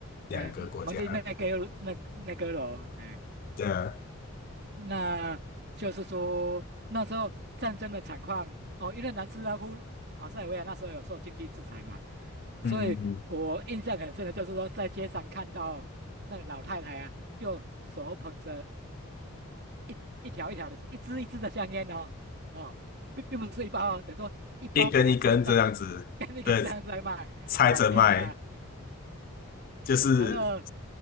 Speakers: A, on the left; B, on the right.
A: 两个国家，
B: 哎，蒙蒂内哥那那哥罗，哎。
A: 对啊，
B: 那就是说那时候战争的惨况哦，因为南斯拉夫啊塞尔维亚那时候有受经济制裁嘛，所以我印象很深的就是说在街上看到那个老太太啊，
A: 嗯嗯，
B: 就手捧着一一一条一条的，一支一支的香烟哦，哦，并并不是一包哦，等于说一包把它拆散成一根一根这样子来卖，
A: 一根一根这样子，对，拆着卖。
B: 哇天哪，
A: 就是
B: <laughs> 然后。